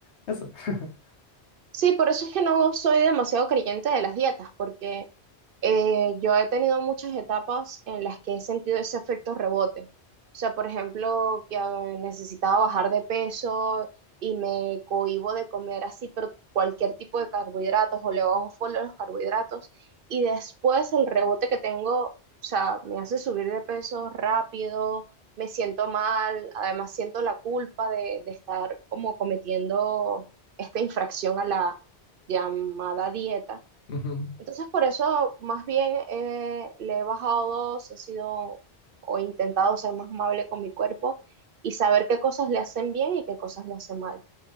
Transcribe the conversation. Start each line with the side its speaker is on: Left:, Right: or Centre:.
Left: Eso. <laughs>
Right: Sí, por eso es que no soy demasiado creyente de las dietas, porque eh, yo he tenido muchas etapas en las que he sentido ese efecto rebote. O sea, por ejemplo, que eh, necesitaba bajar de peso y me cohíbo de comer así, pero cualquier tipo de carbohidratos o le bajo full a los carbohidratos y después el rebote que tengo, o sea, me hace subir de peso rápido, me siento mal, además siento la culpa de, de estar como cometiendo esta infracción a la llamada dieta.
Left: Ujú.
Right: Entonces, por eso más bien eh, le he bajado dos, he sido o intentado ser más amable con mi cuerpo y saber qué cosas le hacen bien y qué cosas le hacen mal.